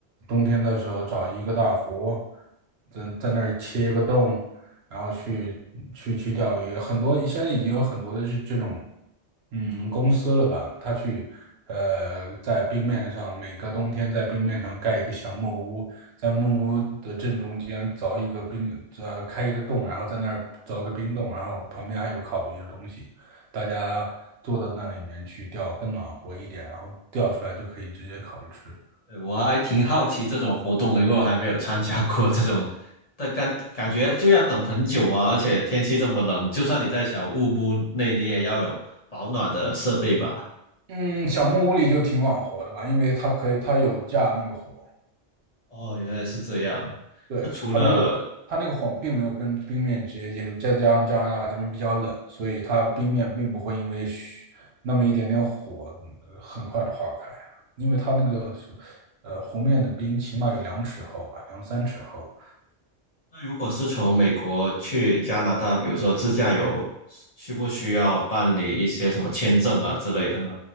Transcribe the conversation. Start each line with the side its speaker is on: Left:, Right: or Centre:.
Right: 冬天的时候找一个大湖，在在那儿切一个洞，然后去去去钓鱼。很多现在已经有很多的是这种，嗯，公司了吧，他去呃在冰面上每个冬天在冰面上盖一个小木屋，在木屋的正中间凿一个冰，呃，开一个洞，然后在那儿凿个冰洞，然后旁边还有烤鱼的东西，大家坐到那里面去钓，更暖和一点，然后钓出来就可以直接烤着吃。
Left: 对，我还挺好奇这种活动的，因为我还没有参加过这种，但感感觉就要等很久啊，而且天气这么冷，就算你在小木屋内，你也要有保暖的设备吧？
Right: 嗯，小木屋里就挺暖和的吧，因为它可以，它有架那个火。
Left: 哦，原来是这样。
Right: 对，
Left: 那除了，
Right: 它没有，它那个火并没有跟冰面直接接触，再加上加拿大这边比较冷，所以它冰面并不会因为嘘那么一点点火呃很快的化开啊，因为它那个呃湖面的冰起码有两尺厚吧，两三尺厚，
Left: 那如果是从美国去加拿大，比如说自驾游，需不需要办理一些什么签证啊之类的呢？